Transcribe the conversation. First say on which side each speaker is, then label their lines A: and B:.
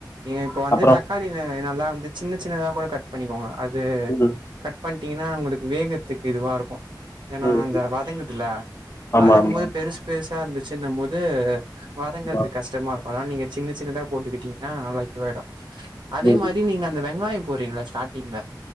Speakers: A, on the right; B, on the left.
A: நீங்க இப்ப வந்து
B: அப்புறம்?
A: தக்காளி நல்லா வந்து சின்ன சின்னதா கூட கட் பண்ணிக்கோங்க அது
B: ம்,
A: கட் பண் டீங்கன்னா உங்களுக்கு வேகற்த்துக்கு இதுவா இருக்கு ஏன்னா
B: ம்.
A: அந்த வதங்குதுல
B: ஆமா,
A: வதங்க
B: ஆமா,
A: போது பெருசு பெரு சா இருந்துச்சின்னு போது வதங்கறது
B: ஆமா.
A: கஷ்டமா இருக் அதலா நீங்க சின்ன சின்னதா போட்டுக்கிட்டீங்னா நல்லா இதுவாயிடூ அதே
B: ம்.
A: மாரி நீங்க அந்த வெங்காயம் போறீங்ளா ஸ்டாட்டிங்ல